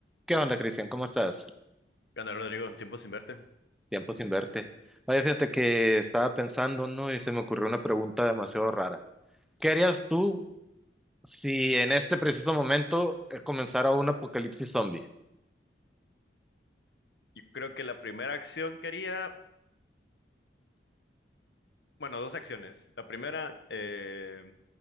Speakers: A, in the centre; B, on the left.
A: ¿Qué onda, Cristian? ¿Cómo estás?
B: ¿Qué onda, Rodrigo? Un tiempo sin verte.
A: Tiempo sin verte. Oye, fíjate que estaba pensando, ¿no? Y se me ocurrió una pregunta demasiado rara. ¿Qué harías tú si en este preciso momento eh, comenzara un apocalipsis zombie?
B: Yo creo que la primera acción que haría, bueno, dos acciones. La primera, eh,